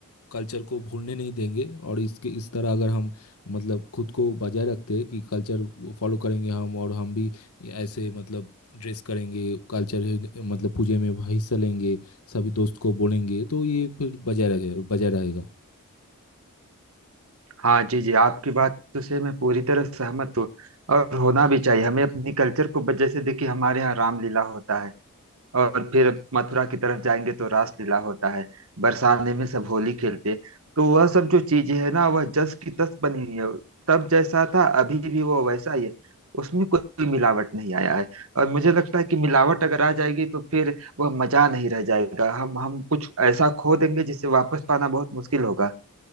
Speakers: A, on the left (about 80°); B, on the right (about 70°).
A: कल्चर को भूलने नहीं देंगे और इसके इस तरह अगर हम मतलब खुद को बजाय रखते हैं कि कल्चर फॉलो करेंगे हम और हम भी ऐसे मतलब ड्रेस करेंगे कल्चर मतलब पूजे में हिस्सा लेंगे सभी दोस्त को बोलेंगे तो ये फिर बजाय रहे बजाय रहेगा
B: हाँ जी जी आपकी बात तो से मैं पूरी तरह सहमत हूँ और होना भी चाहिए हमें अपनी कल्चर को ब- जैसे देखिए हमारे यहाँ रामलीला होता है और फिर मथुरा की तरफ जाएंगे तो रासलीला होता है बरसाने में सब होली खेलते हैं। तो वह सब जो चीजें है ना वह जस की तस बनी हुई है तब जैसा था अभी भी वो वैसा ही है उसमें कोई मिलावट नहीं आया है और मुझे लगता है कि मिलावट अगर आ जाएगी तो फिर वह मजा नहीं रह जाएगा हम हम कुछ ऐसा खो देंगे जिसे वापस पाना बहुत मुश्किल होगा